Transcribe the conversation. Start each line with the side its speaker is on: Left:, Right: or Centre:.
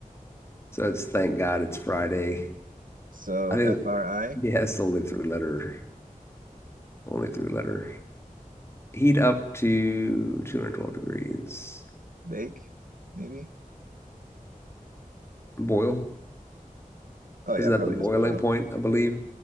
Left: So it's thank God it's Friday.
Right: So
Left: I think
Right: FRI,
Left: yeah, it's only three letter. Only three letter. Heat up to 212 degrees.
Right: <laughs> bake, maybe?
Left: Boil.
Right: Oh,
Left: Isn't
Right: yeah,
Left: that
Right: probably
Left: the boiling
Right: is boil.
Left: point, I believe?